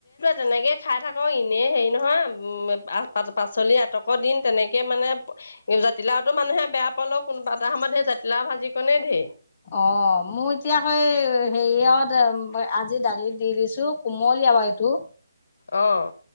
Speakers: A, on the left (about 55°); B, on the left (about 30°).
A: তেনেকৈ খাই থাকক এনেই হেৰি নহয় পাচলি আটকৰ দিন তেনেকে মানে জাতিলাওতো মানুহে বেয়া পালও কোনোবা এটা সময়ত সেই জাতিলাও ভাজিকনে ধেৰ।
B: অ' মোৰ এতিয়াাকৈ হেৰিয়ত আজি দালি দি দিছো কোমলীয়া বাৰু এইটো।
A: আহ।